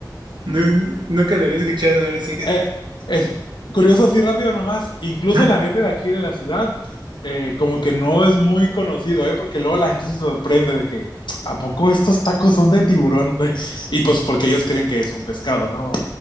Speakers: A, on the right (about 80°); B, on the left (about 85°).
A: No, nunca lo había escuchado, ahora sí que.
B: Eh, es curioso, así rápido nomás, incluso
A: Ah,
B: la gente de aquí de la ciudad, eh, como que no es muy conocido, ¿eh? Porque luego la gente se sorprende de que, ¿a poco estos tacos son de tiburón? <laughs> Y pues porque ellos creen que es un pescado, ¿no?